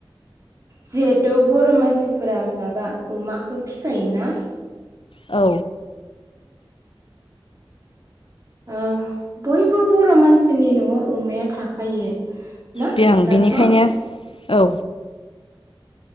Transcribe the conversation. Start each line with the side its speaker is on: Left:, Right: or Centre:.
Right: जिहेथु बर' मानसिफोरा माबा अमाखौ फिखायोना?
Left: औ
Right: ओ बयबो बर' मानसिनि न'आव अमाया थाखायो। ना
Left: बे आं
Right: दाथ'
Left: बिनिखायनो औ